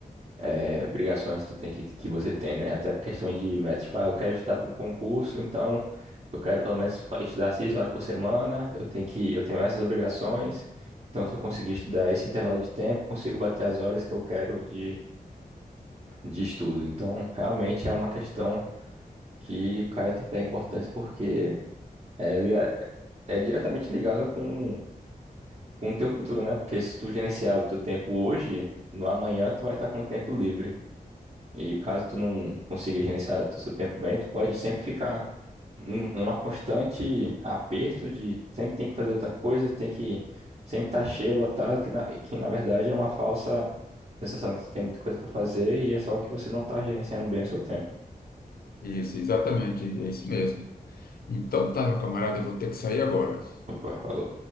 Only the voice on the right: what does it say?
é, obrigações que tu tem que, que você tem, né? Até por questões de metas. Tipo, ah, eu quero estudar para um concurso, então eu quero pelo menos fa- estudar seis horas por semana. Eu tenho que, eu tenho essas obrigações. Então, se eu conseguir estudar esse intervalo de tempo, consigo bater as horas que eu quero de, de estudo. Então, realmente é uma questão que o cara tem que dar importância porque é, liga- é diretamente ligado com, com o teu futuro, né? Porque se tu gerenciar o teu tempo hoje, no amanhã tu vai estar com o tempo livre. E caso tu não consiga gerenciar o seu tempo bem, tu pode sempre ficar num- numa constante aperto de sempre tem que fazer outra coisa, tem que sempre estar cheio, lotado, que na, que na verdade é uma falsa sensação que tu tem muita coisa pra fazer e é só que você não tá gerenciando bem o seu tempo.
Opa, falou.